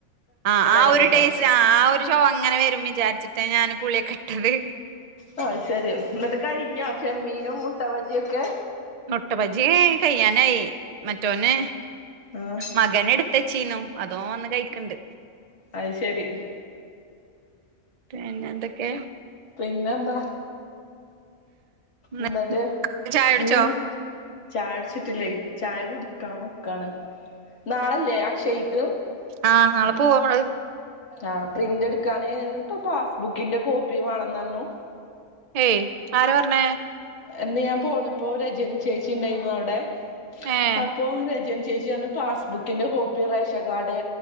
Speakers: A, on the right (about 65°); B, on the left (about 60°).
A: ആ ആ
B: അയിന്റത്
A: ഒരു ടെസ്റ് ആ ആ ഒരു ചൊവ അങ്ങനെ വരും വിചാരിച്ചിട്ട് ട്ടാ ഞാൻ പുളിയൊക്കെ ഇട്ടത്
B: ആ അത് ശെരി എന്നിട്ട് കഴിഞ്ഞോ ചെമ്മീനും മുട്ട ബജി ഒക്കെ
A: മുട്ടബജി കയ്യാനായി മറ്റോന്
B: ആഹ്
A: മകൻ എടുത്തച്ചീന്നു അതോ വന്ന് കഴിക്ക്ണ്ട്
B: അയ് ശരി
A: പിന്നെ എന്തൊക്കെ
B: പിന്നെ എന്താ
A: ന്ന്
B: എന്നിട്ട്
A: ചായ കുടിച്ചോ?
B: ഇന്നും ചായുടിച്ചിട്ടില്ലേ ചായ കുടിക്കാ നിക്കാണ് നാളല്ലേ അക്ഷയ്ക്ക്
A: ആ നാളെ പോവാ നമ്മള്
B: ആ പ്രിന്റ് എടുക്കാന് ഇപ്പ പാസ്ബുക്കിന്റെ കോപ്പി വേണംന്ന് പറഞ്ഞു
A: ഏയ് ആരാ പറഞ്ഞേ
B: ഇന്ന് ഞാൻ പോന്നപ്പോ രജനി ചേച്ചി ഉണ്ടായിരുന്നു അവിടെ
A: ഏഹ്.
B: അപ്പോ രജനി ചേച്ചി പറഞ്ഞു പാസ്ബുക്കിന്റെ കോപ്പി റേഷൻ കാർഡ്